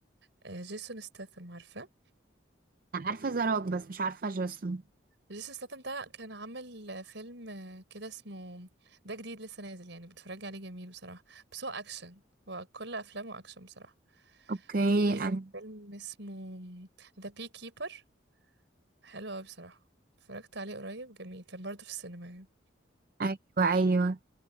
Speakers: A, on the right (about 70°); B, on the right (about 45°).
A: آه، جيسون ستاثام عارفه
B: عارفه زراك بس مش عارفه جسم
A: جيسون ستاثام ده كان عامل آه، فيلم آه، كده اسمه ده جديد لسه نازل يعني بتفرج عليه جميل بصراحه بس هو اكشن هو كل افلامه اكشن بصراحه
B: اوكي
A: في
B: أنا-
A: فيلم اسمه ذا بي كيبر حلو أوي بصراحة اتفرجت عليه قريب جميل كان برضه في السينما يعني
B: ايوه ايوه